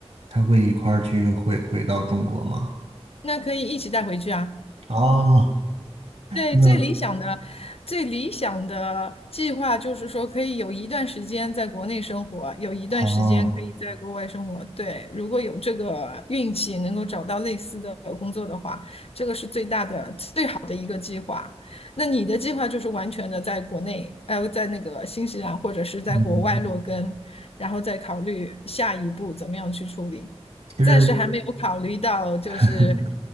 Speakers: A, on the right; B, on the left.
A: 他会一块儿去回回到中国吗？
B: 那可以一起带回去啊。
A: 哦，
B: 对，
A: <laughs>
B: 最理想的、
A: 那
B: 最理想的计划就是说，可以有一段时间在国内生活，有一段时间可以在国外生活。
A: 哦，
B: 对，如果有这个运气能够找到类似的工作的话，这个是最大的、最好的一个计划。那你的计划就是完全的在国内，呃，在那个新西兰或者是在国外落根，
A: 嗯，
B: 然后再考虑下一步怎么样去处理。
A: 其实。
B: 暂时还没有考虑到，就是
A: <laughs>